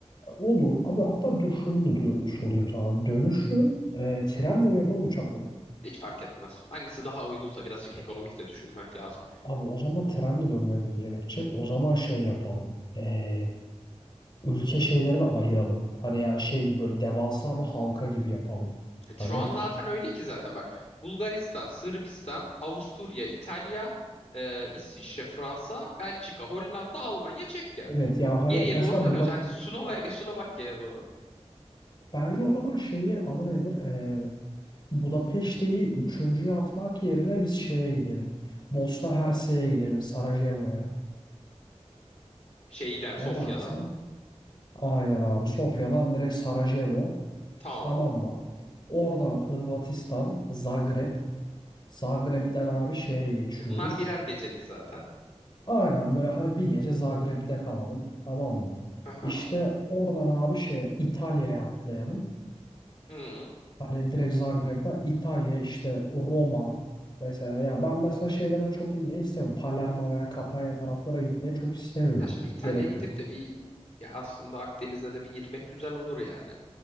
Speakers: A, on the left (about 45°); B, on the left (about 65°).
A: olur. Abi hatta dur şunu da dö- sorayım sana. Dönüşü e, trenle mi yapalım uçakla mı?
B: Hiç fark etmez. Hangisi daha uygunsa birazcık ekonomik de düşünmek lazım.
A: Abi o zaman trenle dönmemiz gerekecek. O zaman şey yapalım. E, ülke şeyleri de ayıralım. Hani yani şey gibi böyle devasa bir halka gibi yapalım.
B: Evet,
A: Hani
B: Şu an zaten öyle ki zaten bak Bulgaristan, Sırbistan, Avusturya, İtalya, e, İsviçre, Fransa, Belçika, Hollanda, Almanya, Çekya.
A: evet ya hani
B: Geriye
A: mesela
B: doğru dönüyoruz.
A: Buda
B: Hani Slovakya, Slovakya'ya doğru.
A: bence o zaman şeyi adı nedir? Ee, Budapeşte'yi üçüncüye atmak yerine biz şeye gidelim. Bosna Hersek'e gidelim Sarajevo'ya.
B: Şeyden, Sofya'dan.
A: Ne dersin? Aynen abi Sofya'dan direkt Sarajevo.
B: Tamam.
A: Tamam mı? Oradan Hırvatistan, Zagreb. Zagreb'den abi şeye geçiyoruz.
B: Bunlar birer gecelik zaten.
A: Aynen böyle hani bir gece Zagreb'de kalalım tamam mı?
B: Aha.
A: İşte oradan abi şey İtalya'ya atlayalım.
B: Hı.
A: Hani direkt Zagreb'den İtalya işte Roma mesela ya ben mesela şeylerine çok inmeyi istemiyorum. Palermo veya Katanya taraflara gitmeyi çok istemiyorum.
B: Ya şimdi İtalya'ya
A: Gerek
B: gidip
A: yok.
B: de bir ya aslında Akdeniz'e de bir girmek güzel olur yani.